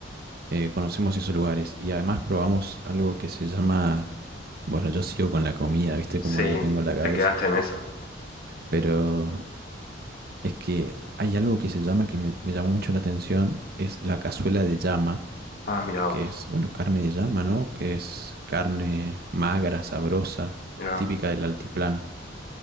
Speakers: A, on the right (about 50°); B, on the left (about 50°).
A: eh, conocemos esos lugares y además probamos algo que se llama, bueno, yo sigo con la comida, viste
B: Sí,
A: como yo tengo en la cabeza,
B: te quedaste en esa.
A: pero Es que hay algo que se llama, que me, me llamó mucho la atención, es la cazuela de llama,
B: Ah, mira vos.
A: que es, bueno, carne de llama, ¿no? Que es carne magra, sabrosa,
B: Mira,
A: típica del altiplano.